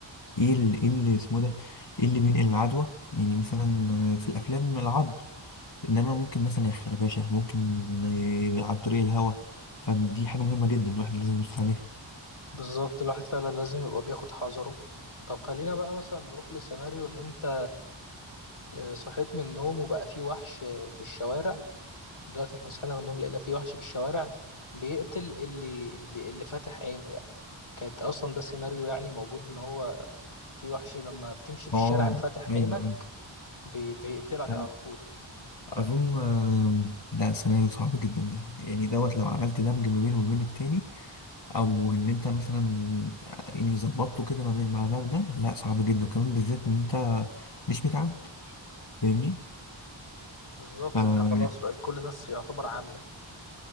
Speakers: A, on the left; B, on the left.
A: ايه ال- ايه اللي اسمه ده ايه اللي بينقل العدوى يعني مثلا في الافلام العض انما ممكن مثلا الخربشه ممكن آه، عن طريق الهواء فدي حاجه مهمه جدا الواحد لازم يبص عليها
B: بالظبط الواحد فعلا لازم يبقى بياخد حذره طب خلينا بقى مثلا نروح لسيناريو ان انت آه، صحيت من النوم وبقى في وحش آه، في الشوارع دلوقتي احنا صحينا من النوم لقينا في وحش في الشوارع بيقتل اللي اللي اللي فاتح عينه يعني كانت اصلا ده السيناريو يعني موجود ان هو في وحش لما بتمشي في
A: اه
B: الشارع فاتح
A: ايوه
B: عينك
A: ايوه
B: بي- بيقتلك
A: أيوة.
B: على طول
A: اظن آه، ده سيناريو صعب جدا ده يعني دوت لو عملت دمج ما بينه وما بين التاني او ان انت مثلا يعني ظبطته كده ما بين مع ده وده لا صعب جدا وكمان بالذات ان انت مش متعود فاهمني
B: بالظبط
A: فا
B: انت خلاص بقت كل الناس يعتبر عمية